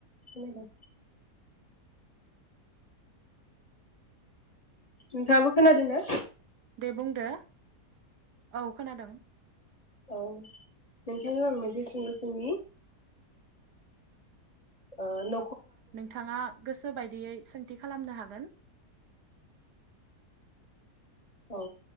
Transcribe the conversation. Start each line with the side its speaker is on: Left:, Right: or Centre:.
Left: खोनादों। नोंथाङाबो खोनादों ना?
Right: दे बुंदो औ खोनादों।
Left: औ नोंथांनियाव आं मोनसे सुंलु सोंनि। ओ न
Right: नोंथाङा गोसो बायदियै सोंथि खालामनो हागोन।
Left: औ